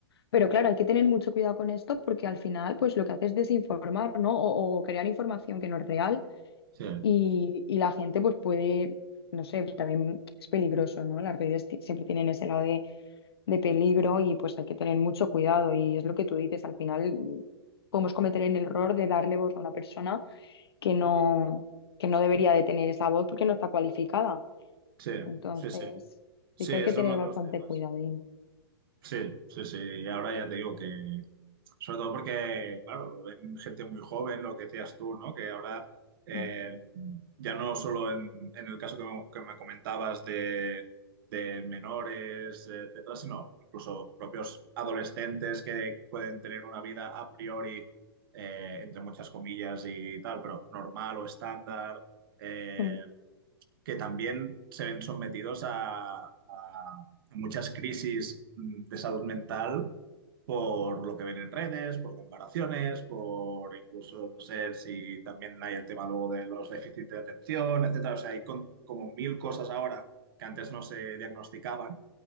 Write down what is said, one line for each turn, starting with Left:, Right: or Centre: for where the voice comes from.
Left: pero claro, hay que tener mucho cuidado con esto porque al final pues lo que hace es desinformar, ¿no? O, o crear información que no es real
Right: sí,
Left: y, y la gente pues puede, no sé, pues también es peligroso, ¿no? Las redes ti- siempre tienen ese lado de, de peligro y pues hay que tener mucho cuidado y es lo que tú dices, al final podemos cometer el error de darle voz a una persona que no, que no debería
Right: sí,
Left: de tener esa voz porque no está cualificada.
Right: sí,
Left: Entonces,
Right: sí. Sí,
Left: sí que hay
Right: es
Left: que tener
Right: uno
Left: bastante
Right: de los temas.
Left: cuidadín.
Right: Sí, sí, sí. Ahora ya te digo que, sobre todo porque, claro, lo ven gente muy joven, lo que decías tú, ¿no? Que ahora, eh,
Left: Mm,
Right: ya no solo en, en el caso que me, que me comentabas de, de menores, eh, etcétera, sino incluso propios adolescentes que pueden tener una vida a priori, eh, entre muchas comillas y tal, pero normal o estándar, eh,
Left: mm,
Right: que también se ven sometidos a a muchas crisis mm, de salud mental por lo que ven en redes, por comparaciones, por incluso, no sé si también hay el tema luego de los déficits de atención, etcétera. O sea, hay con- como mil cosas ahora que antes no se diagnosticaban